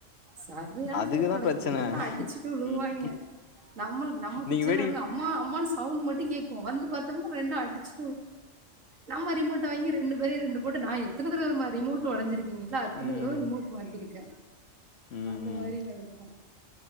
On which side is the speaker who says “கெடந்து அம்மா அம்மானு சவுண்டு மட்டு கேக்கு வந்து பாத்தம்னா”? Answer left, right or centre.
Right